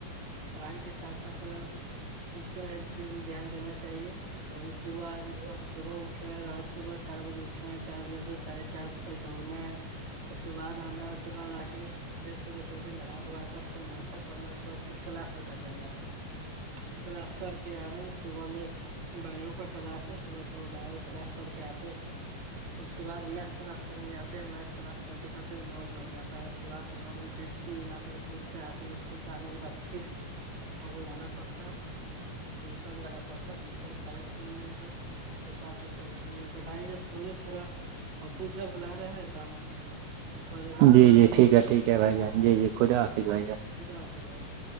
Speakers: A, on the right; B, on the right.
A: پڑھائی کے س ساتھ ساتھا فزیکل ہیلتھ پہ بھی دھیان دینا چاہیے اور اس تو آج صبح آج اب صبح اٹھ رہے ہے ہر صبح چار بجے اٹھ رہا ہے چار بجے سےاڑھے چار بج تک دوڑنا ہے اچ <unintelligible> اس کے بعد آنا اس کے بعد آکے فریش وریش ہو کے نہا دھو کر تھوڑا ناشتہ کرنا اس کے بعد پھر کلاس نکل جانا ہے پھر کلاس کر کے آنا ہے صبح میں بایو کا کلاس ہے صبح صبح بائیو کا کلاس پڑکے آتے ہیں اس کے بعد میتھ کلاس کرنے جات ہیں میتھ کلاس کرتے کرتے نو بج جاتا ہے اس کے بعد نو بجے سے اسکول جاتے اسکول سے آتے اسکول سے آنے کے بعد پھر ہم کو جانا پڑتا ٹیوشن جانا پڑتا ٹیوشن سائنس نہیں تو تو چاٹ س تو بھائی جب سونے تھوڑا ابوجان بلا رہے ہیں تو ہم تھوڑی دیر بعد
B: جی
A: آپ
B: جی
A: سے
B: ٹھیک
A: کال
B: ہے
A: کرتے
B: ٹھیک ہے
A: ہیں
B: بھائی جان جی جی خدا حافظ بھائی جان
A: خدا حافظ بھائی جان